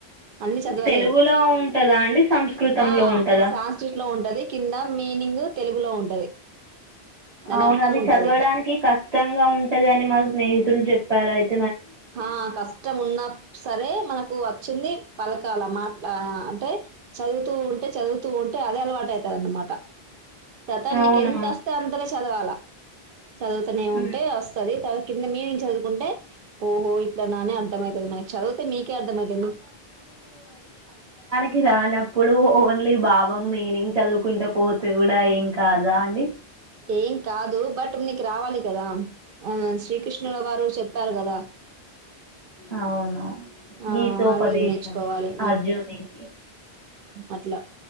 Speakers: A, on the right; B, on the right.
A: అన్ని చదవలేదు
B: తెలుగులో ఉంటుందా అండి సంస్కృతంలో
A: ఆ
B: ఉంటుందా
A: సాన్ స్ట్రీట్ లో ఉంటది కింద మీనింగ్ తెలుగులో ఉంటది దాని
B: అవును
A: అర్థం
B: అది
A: ఉంటది
B: చదవడానికి కష్టంగా ఉంటది అని మా స్నేహితుడు చెప్పారుయితే
A: ఆ కష్టం ఉన్నా సరే మనకు వచ్చింది తర్వాత మాట్లా అంటే చదువుతూ ఉంటే చదువుతూ ఉంటే అదే అలవాటు అవుతుంది అన్నమాట తర్వాత
B: అవునా
A: నీక ఎంత వస్తే అంతనే చదవాలా చదువుతూనే
B: హ్మ్.
A: ఉంటే వస్తుంది కింద మీనింగ్ చదువుకుంటే ఓహో ఇట్లా నానే అర్థమవుతుంది నా చదివితే మీకే అర్థమవుతుంది
B: కిి రానా ఇప్పుడు ఓన్లీ భావం మీనింగ్ చదువుకుంట పోతే కూడా ఏం కాదా అండి
A: ఏం కాదు బట్ మీకు రావాలి కదా ఆ శ్రీకృష్ణుల వారు చెప్పారు కదా
B: అవును
A: ఆ
B: గీతోపదేశం
A: అవి నేర్చుకోవాలి
B: అర్జునికి
A: అట్లా